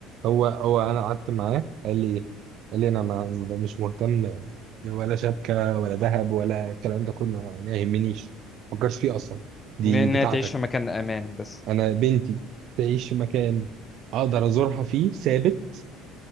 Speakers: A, on the right; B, on the left.
A: هو هو انا قعدت معاه قال لي ايه قال لي انا ما ما- مش مهتم ولا شبكه ولا ذهب ولا الكلام ده كله ما يهمنيش ما فكرش فيه اصلا دي
B: من ان
A: بتاعتك
B: هي تعيش في مكان امان بس
A: انا بنتي تعيش في مكان اقدر ازورها فيه ثابت